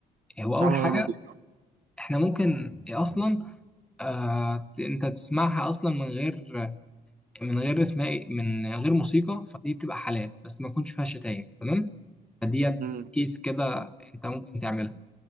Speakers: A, in the centre; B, on the right.
A: هو
B: بسمعها
A: أول
B: من
A: حاجة
B: غير موسيقى
A: احنا ممكن إيه اصلا آه ت- انت تسمعها اصلا من غير من غير اسمها إيه؟ من غير موسيقى فدي بتبقى حلال بس ما يكونش فيها شتايم تمام فديت
B: أمم،
A: كيس كده انت ممكن تعملها